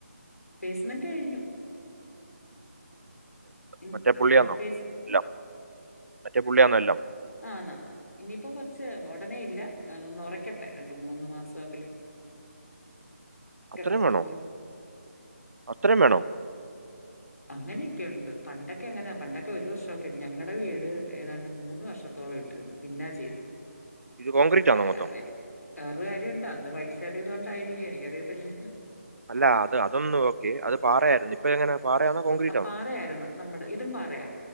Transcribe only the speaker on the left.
പേസ്മെന്റ് കഴിഞ്ഞു. ഇൻ-
ആ പേസ്
ആ ന്നാന്നാ ഇനിയിപ്പോ കുറച്ച് ഉടനെയില്ല അതൊന്ന് ഒറയ്ക്കട്ടെ രണ്ടു മൂന്ന് മാസമെങ്കിലും
കെടന്നൊന്നൊറ
അങ്ങനെയൊക്കെയുണ്ട് പണ്ടൊക്കെ എങ്ങനെ പണ്ടൊക്കെ ഒരു വർഷക്കെണ്ട് ഞങ്ങളടെ വീട് ഏതാണ്ട് മൂന്ന് വർഷം ട്ടിരുന്നു പിന്നാ ചെയ്തേ
ആ
അതെ വേറൊരു കാര്യംണ്ട് അന്ന് പൈസേടെയിതു കൊണ്ടായിരിക്കും എനിക്കറിയത്തില്ല
ആ പാറയായിരുന്നു. നമ്മുടെ ഇതും പാറയ